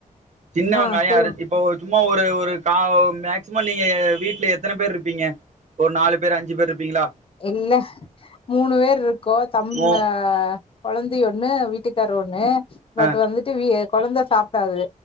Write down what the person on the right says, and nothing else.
சின்னவெங்காய
அறி இப்ப ஒ சும்மா ஒரு ஒரு காவும் மேக்ஸ்சிம நீங்கய வீட்ல எத்தன பேர் இர்ப்பீங்க ஒரு நாலு பேர் அஞ்சு பேர் இர்ப்பீங்ளா
மோ
அ